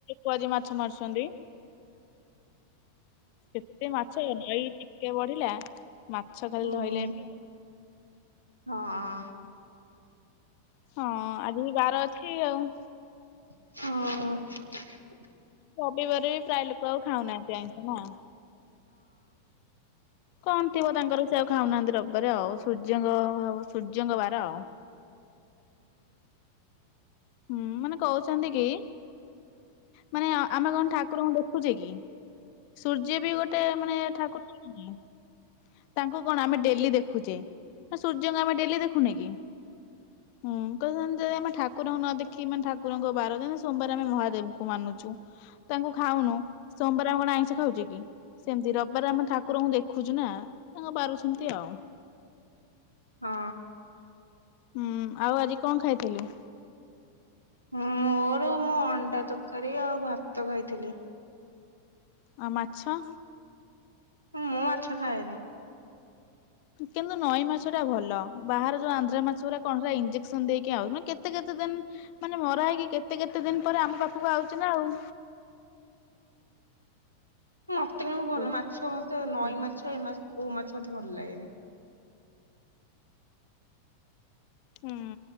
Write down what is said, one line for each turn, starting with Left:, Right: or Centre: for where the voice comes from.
Left: ପରି ମାଛ ମାରୁଛନ୍ତି। କେତେ ମାଛ ଏ ନଈ ଟିକେ ବଢିଲା। ମାଛ ଖାଲି
Right: ହୁଁ-
Left: ଧଇଲେ ଏବେ।
Right: ହଁ।
Left: ହଁ ଆଜିବି ବାର ଅଛି ଆଉ।
Right: ହଁ।
Left: ରବିବାରେ ବି ପ୍ରାୟ ଲୋକ ଆଉ ଖାଉନାହାନ୍ତି ଆଇଁଷ ନା। କଣ ଥିବ ତାଙ୍କର ସେ ଆଉ ଖାଉନାହାନ୍ତି ରବିବାରେ ଆଉ ସୂର୍ଯ୍ୟଙ୍କ- ସୂର୍ଯ୍ୟଙ୍କ ବାର ଆଉ। ହୁଁ ମାନେ କହୁଛନ୍ତି କି? ମାନେ ଆମେ କଣ ଠାକୁରଙ୍କୁ ଦେଖୁଛେ କି ସୂର୍ଯ୍ୟ ବି ଗୋଟେ ମାନେ ଠାକୁ ତାଙ୍କୁ କଣ ଆମେ ଡେଲି ଦେଖୁଛେ। ସୂର୍ଯ୍ୟଙ୍କୁ ଆମେ ଡେଲି ଦେଖୁନେ କି ହୁଁ ତ ସେମିତି ଆମେ ଠାକୁ କୁର ନ ଦେଖି ମାନେ ଠାକୁରଙ୍କ ବାର ଯେମିତୀ ସୋମବାର ଆମେ ମହାଦେବଙ୍କୁ ମାନୁଛୁ। ତାଙ୍କୁ ଖାଉନୁ ସୋମବାର ଆମେ କଣ ଆଇଁଷ ଖାଉଛେ କି। ସେମିତି ରବିବାର ଆମ ଠାକୁରଙ୍କୁ ଦେଖୁଛୁ ନା ତାଙ୍କ ବାରୁସନ୍ତି ଆଉ।
Right: ହଁ।
Left: ହୁଁ ଆଉ ଆଜି କଣ ଖାଇଥିଲୁ?
Right: ମୋର ମୁଁ ଅଣ୍ଡା ତରକାରୀ ଆଉ ଭାତ ଖାଇଥିଲି।
Left: ଆଉ ମାଛ।
Right: ମୁଁ ମାଛ ଖାଏନି।
Left: କିନ୍ତୁ ନଈ ମାଛ ଟା ଭଲ ବାହାର ଯୋଉ ଆନ୍ଧ୍ରା ମାଛ ଗୁରା କଣରା ଇ୍ଜେକ୍ସନ ଦେଇକି ଆଉ ମାନେ କେ ତେ କେତେ ଦିନ ମାନେ ମରା ହେଇକି କେତେ କେତେ ଦିନ ପରେ ଆମ ପାଖକୁ ଆଉଛି ନା ଆଉ।
Right: ମତେ କାଇଁ ମ ଭଲ
Left: ହୁଁ
Right: ମାଛ ମତେ ନଈ ମାଛ ଏ ମାଛ କୋଉ ମାଛ ମତେ ଭଲଲାଗେନି।
Left: ହୁଁ,